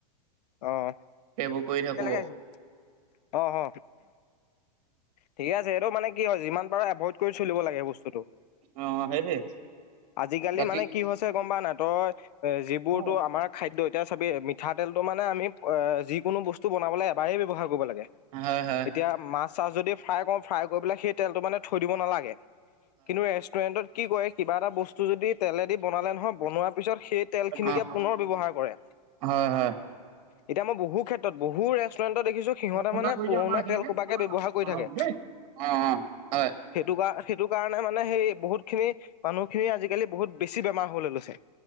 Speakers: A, on the left; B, on the right.
A: আহ
B: সেইবোৰ কৰি থাকো
A: একেলগে
B: বাৰু
A: আহিছো আহ আহ। ঠিকে আছে সেইটো মানে কি হয় যিমান পাৰো এভইড কৰি চলিব লাগে বস্তুটো
B: অ সেইটোৱে
A: আজিকালি
B: বাকী
A: মানে কি হৈছে গম পাই নাই তই এ যিবোৰতো
B: হয়
A: আমাৰ খাদ্য এতিয়া চাবেই মিঠাতেলটো মানে আমি যিকোনো বস্তু বনাবলৈ এবাৰেই ব্যৱহাৰ কৰোঁ। কৰিব লাগে
B: হয় হয়
A: এতিয়া মাছ চাছ যদি ফ্ৰাই কৰো ফ্ৰাই কৰি পেলাই সেই তেলটো মানে থৈ দিব নালাগে। কিন্তু ৰেষ্টুৰেন্টত কি কয় কিবা এটা বস্তু যদি তেলেদি বনালে নহয় বনোৱাৰ পিছত সেই তেল খিন খিনিকে
B: অ
A: পুনৰ ব্যৱহাৰ কৰে।
B: হয় হয়
A: এতিয়া মই বহু ক্ষেত্ৰত বহু ৰেষ্টুৰেণ্টত দেখিছো সিহঁতে
B: ফোন
A: মানে
B: এটা কৰি
A: পুৰণা
B: দিয়া আমাৰ এইখিনিকে
A: তেল সোপাকে ব্যৱহাৰ কৰি
B: আহক
A: থাকে।
B: দেই অ অ হয়
A: সেইটো কাৰ সেইটো কাৰণে মানে সেই বহুত খিনি মানুহখিনি আজিকালি বহুত বেছি বেমাৰ হ'বলৈ লৈছে